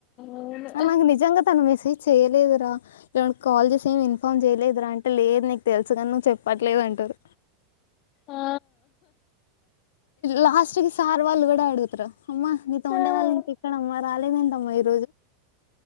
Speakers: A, on the left; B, on the left.
A: అవును
B: మాకు నిజంగా తను మేసే చేయలేదురా లేకుంటే కాల్ చేసి అయినా ఇన్ఫార్మ్ చేయలేదురా అంటే లేదు నీకు తెలుసు నువ్వు చె చెప్పట్లేదు అంటారు
A: ఆ
B: లాస్ట్ కి సార్ వాళ్ళు కూడా అడుగుతారు అమ్మ నీతో ఉండే
A: ఆ.
B: వాళ్ళు ఇంకా ఎక్కడ అమ్మ రాలేదేందమ్మా ఈ రో